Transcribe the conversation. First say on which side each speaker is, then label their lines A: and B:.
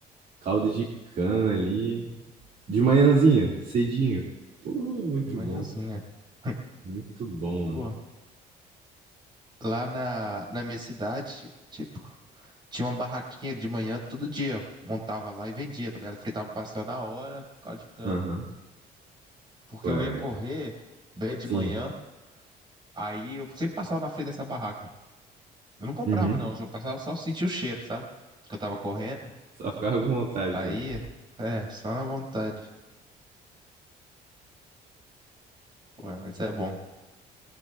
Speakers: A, on the right (about 55°); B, on the right (about 25°).
A: Caldo de cana ali. De manhãzinha, cedinho. Pô, muito
B: De manhãzinha.
A: bom.
B: <laughs>
A: Muito bom, mano.
B: Pô, lá na, na minha cidade, tipo, tinha uma barraquinha de manhã todo dia. Montava lá e vendia, tá ligado? Fritava o pastel na hora, com caldo de cana.
A: Aham.
B: Porque
A: Pô,
B: eu
A: é.
B: ia correr bem de
A: Sim.
B: manhã, aí eu sempre passava na frente dessa barraca. Eu não comprava,
A: Uhum.
B: não. Eu só passava só sentia o cheiro, sabe? Que eu tava correndo.
A: Só ficava com vontade,
B: Aí,
A: só.
B: é, só na vontade. Pô, mas é bom.